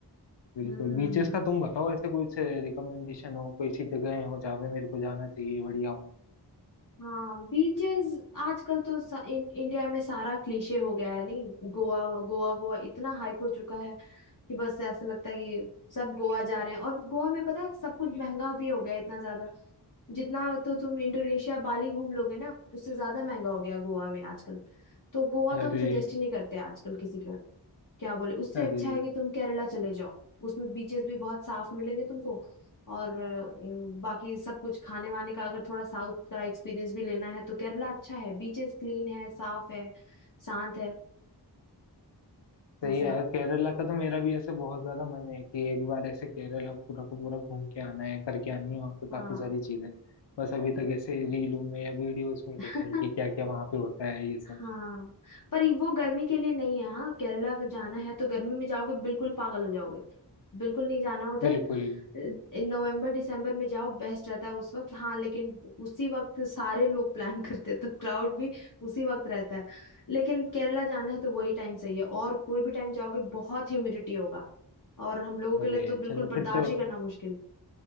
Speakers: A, on the left (about 80°); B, on the left (about 50°).
A: बिल्कुल
B: हम्म
A: बीचेस का तुम बताओ ऐसे कुछ रिकमेंडेशन हो कोई सी जगहें हो जहाँ पे मेरे को जाना चाहिए बढ़िया हो
B: हाँ बीचेस आजकल तो सा, इन, इंडिया में सारा क्लीशे हो गया है नहीं गोवा गोवा गोवा इतना हाइप हो चुका है कि बस ऐसा लगता है कि सब गोवा जा रहे हैं और गोवा में पता है सब कुछ महंगा भी हो गया है इतना ज्यादा जितना तो तुम इंडोनेशिया बाली घूम लोगे ना उससे ज्यादा महंगा हो गया गोवा में आजकल तो गोवा
A: अरे
B: तो हम सजेस्ट ही नहीं करते आजकल किसी को क्या बोले उससे
A: अरे
B: अच्छा है कि तुम केरला चले जाओ उसमें बीचेस भी बहुत साफ मिलेंगे तुमको और अ, बाकी सब कुछ खाने वाने का अगर थोड़ा साउथ का एक्सपीरियंस भी लेना है तो केरला अच्छा है बीचेस क्लीन है साफ है शांत है
A: सही
B: ऐसा
A: है यार
B: है
A: केरला का तो मेरा भी ऐसे बहुत ज्यादा मन है कि एक बार ऐसे केरला पूरा का पूरा घूम के आना है करके आनी है वहाँ पे
B: हाँ
A: काफी सारी चीजें बस अभी तक ऐसे रीलों में या वीडियोस में
B: <laughs>
A: देखा है कि क्या क्या वहाँ पे होता है ये सब
B: हाँ पर ये- वो गर्मी के लिए नहीं है हाँ केरला अगर जाना है तो गर्मी में जाओगे बिल्कुल पागल हो जाओगे बिल्कुल नहीं जाना उधर
A: बिल्कुल
B: इन नवंबर दिसंबर में जाओ बेस्ट रहता है उस वक्त हाँ लेकिन उसी वक्त सारे लोग प्लान <laughs> करते हैं तो क्राउड भी उसी वक्त रहता है लेकिन केरला जाना है तो वही टाइम सही है और कोई भी टाइम जाओगे बहुत ह्यूमिडिटी होगा और हम लोगों
A: अरे
B: के लिए तो बिल्कुल
A: चलो
B: बर्दाश्त
A: फिर तो
B: ही करना मुश्किल